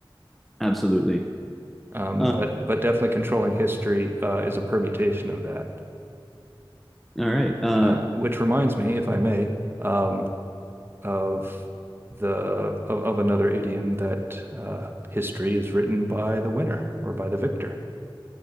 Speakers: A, in the centre; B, on the right.
A: absolutely
B: Um,
A: uh,
B: but but definitely controlling history uh, is a permutation of that.
A: all right uh,
B: Uh, which reminds me, if I may, um, of the of, of another idiom that uh, history is written by the winner or by the victor.